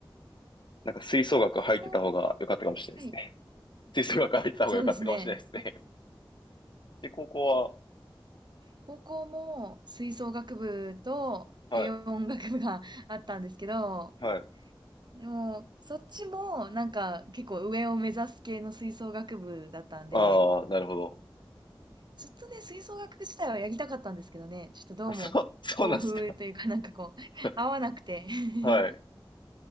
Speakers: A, on the left (about 60°); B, on the right (about 55°).
A: なんか吹奏楽入ってた方が良かったかもしれないですね。
B: で、高校も、はい。
A: 吹奏楽入ってた方が良かったかもしれないですね。
B: そうですね。
A: <laughs> で、高校は、
B: 高校も、吹奏楽部と、
A: はい、
B: 軽音楽部が <laughs> あったんですけど、
A: はい。
B: でも、そっちも、なんか、結構上を目指す系の吹奏楽部だったんで、
A: ああ、なるほど。
B: ずっとね、吹奏楽自体はやりたかったんですけどね、ちょっとどうも、
A: あそう、<laughs> そうなんですか。
B: 抱負というかなんかこう、<laughs>
A: <laughs>
B: 合わなくて <laughs>
A: はい。